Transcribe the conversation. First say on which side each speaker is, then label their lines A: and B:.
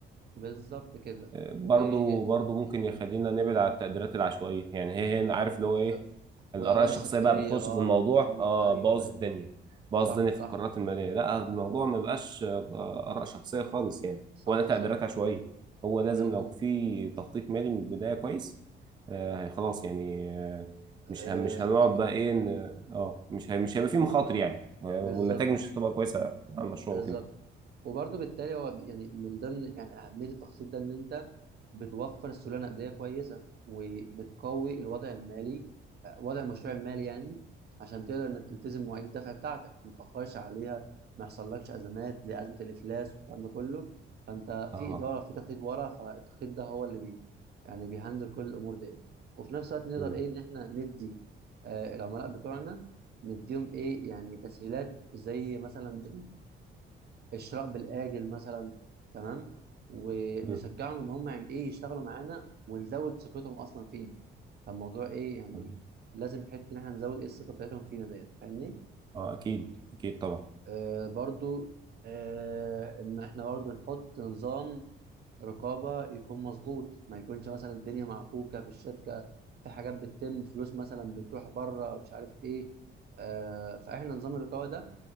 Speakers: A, on the right; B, on the right.
A: بالظبط كده
B: برضو
A: و
B: برضو
A: م،
B: ممكن يخلينا نبعد على التقديرات العشوائية يعني هي هي عارف
A: بالظبط
B: اللي هو ايه الآراء
A: والاراء
B: الشخصية
A: الشخصيه
B: بقى بتخش
A: اه
B: في الموضوع
A: م،
B: اه
A: ايوه
B: باظ
A: ايوه
B: الدنيا باظ
A: صح
B: الدنيا
A: صح
B: في القرارات المالية لا الموضوع ما بقاش آه، آراء شخصية خالص يعني
A: صح
B: ولا تقديرات
A: صح,
B: عشوائية
A: صح.
B: هو لازم
A: م،
B: لو
A: م.
B: في تخطيط مالي من البداية كويس آه خلاص يعني آه
A: اه
B: مش هم مش هنقعد
A: آه،
B: بقى ايه إن- اه مش هي- مش هيبقى في مخاطر يعني آه،
A: بالظبط
B: والنتائج مش هتبقى كويسة على المشروع
A: بالظبط
B: وكده
A: وبرضه بالتالي هو بي- يعني من ضمن يعني اهميه التخصيص ده ان انت بتوفر سيوله نقديه كويسه وبتقوي الوضع المالي آه، وضع المشروع المالي يعني عشان تقدر انك تلتزم مواعيد الدفع بتاعتك ما تتاخرش عليها ما يحصلكش ازمات زي ازمه الافلاس والكلام ده كله فانت
B: اه
A: في اداره في تخطيط ورا فالتخطيط ده هو اللي بي يعني بيهندل كل الامور دي وفي نفس الوقت نقدر
B: مم.
A: ايه ان احنا ندي آه العملاء بتوعنا نديهم ايه يعني تسهيلات زي مثلا الشراء بالآجل مثلا تمام ونشجعهم
B: مم.
A: ان هم يعني ايه يشتغلوا معانا ونزود ثقتهم اصلا فينا فالموضوع ايه يعني
B: اه
A: لازم حته ان احنا نزود ايه الثقه بتاعتهم فينا ديت فاهمني
B: آه، اكيد اكيد طبعا
A: آه برضو آه ان احنا برضو نحط نظام رقابه يكون مظبوط ما يكونش مثلا الدنيا معكوكه في الشركه في حاجات بتتم فلوس مثلا بتروح بره مش عارف ايه آه فاحنا نظام الرقابه ده